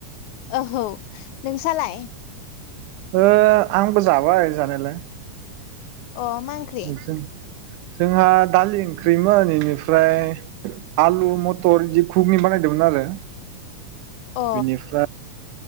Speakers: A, on the left; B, on the right.
A: औह नोंसालाय?
B: ओ आंबो जाबाय जानायालाय।
A: अ मांख्रि?
B: जों जोंहा दालि ओंख्रिमोन इनिफ्राय आलु मथर इदि कुगनि बानायदोंमोन आरो।
A: अ।
B: बिनिफ्राय